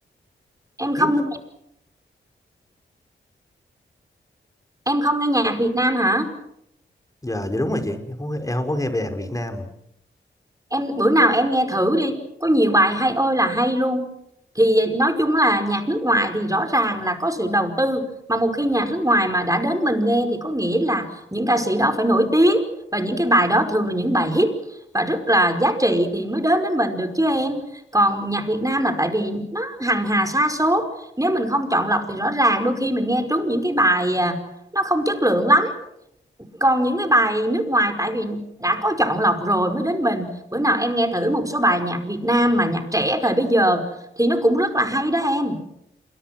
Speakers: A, on the right; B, on the left.
A: em không
B: hiếm lắm
A: em không nghe nhạc Việt Nam hả
B: giờ dạ, đúng rồi chị em không, em không có nghe về nhạc Việt Nam mà.
A: em bữa nào em nghe thử đi có nhiều bài hay ơi là hay luôn thì nói chung là nhạc nước ngoài thì rõ ràng là có sự đầu tư mà một khi nhạc nước ngoài mà đã đến mình nghe thì có nghĩa là những ca sĩ đó phải nổi tiếng và những cái bài đó thường là những bài hit và rất là giá trị thì mới đến đến mình được chứ em còn nhạc Việt Nam là tại vì nó hằng hà sa số nếu mình không chọn lọc thì rõ ràng đôi khi mình nghe trúng những cái bài à, nó không chất lượng lắm còn những cái bài nước ngoài tại vì đã có chọn lọc rồi mới đến mình bữa nào em nghe thử một số bài nhạc Việt Nam mà nhạc trẻ thời bây giờ thì nó cũng rất là hay đó em